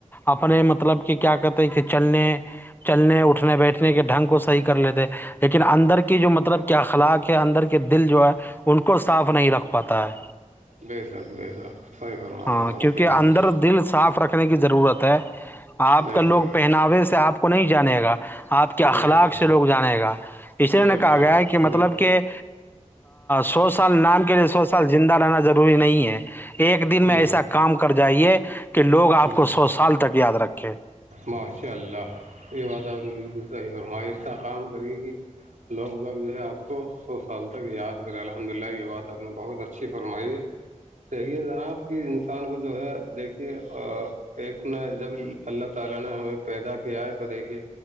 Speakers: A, on the left (about 15°); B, on the right (about 85°).
A: اپنے مطلب کہ کیا کہتے ہیں کہ چلنے چلنے اٹھنے بیٹھنے کے ڈھنگ کو صحیح کر لیتے لیکن اندر کی جو مطلب کیا اخلاق کے اندر کے دل جو ہے ان کو صاف نہیں رکھ پاتا ہے
B: بے شک بے شک صحیح فرما
A: ہاں
B: جناب
A: کیونکہ
B: بالکل
A: اندر دل صاف رکھنے کی ضرورت ہے آپ
B: بے
A: کا لوگ
B: شک
A: پہناوے سے آپ کو نہیں جانے گا آپ کے اخلاق
B: بے شک
A: سے لوگ جانے گا اس لیے
B: بے
A: نہ کہا
B: شک
A: گیا کہ مطلب
B: بالکل
A: کہ سو سال نام کے لیے سو سال زندہ رہنا ضروری نہیں ہے ایک دن میں
B: جی
A: ایسا کام کر جائیے کہ لوگ آپ
B: جی
A: کو سو سال تک یاد رکھیں
B: ماشاء اللہ یہ بات آپ نے بالکل صحیح فرمائی اس س کام کری کہ لوگ باگ جو ہے آپ کو سو سال تک یاد کرے الحمد للہ یہ بات آپ نے بہت اچھی فرمائی ہے صیے جناب کہ انسان کو جو ہے دیکھیے ایک نہ جب اللہ تعالی نے ہمیں پیدا کیا ہے تو دیکھیے